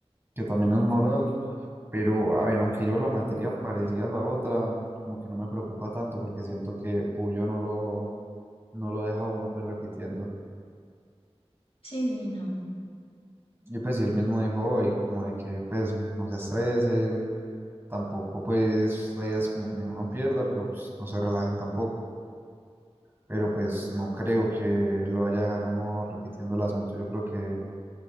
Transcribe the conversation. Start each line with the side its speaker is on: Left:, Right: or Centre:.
Right: que también es un oral, pero a ver, aunque yo la materia parecía la otra, como que no me preocupa tanto porque siento que Puyo no lo, no lo deja a uno pues repitiendo.
Left: Sí, sí, no.
Right: Y pues si él mismo dijo hoy, como de que pues no se estresen, tampoco pues la idea es como que ninguno pierda, pero pues no se relajen tampoco. Pero pues no creo que lo vaya a dejar a uno repitiendo el asunto, yo creo que,